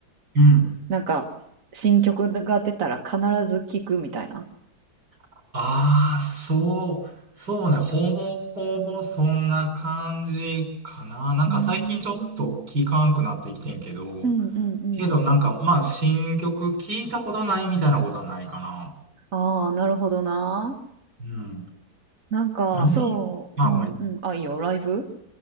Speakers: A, on the right; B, on the right.
A: うん。
B: なんか新曲が出たら必ず聴くみたいな。
A: ああ、そう、そうね。ほぼほぼそんな感じかな。なんか最近ちょっと聞かんくなってきてんけど、
B: うーんうんうんうん。
A: けどなんかまあ新曲聞いたことないみたいなことはないかな。
B: ああ、なるほどな。
A: うん。
B: なんか、
A: ライブ、
B: そう、
A: まあごめん。
B: うんうん。あ、いいよ、ライブ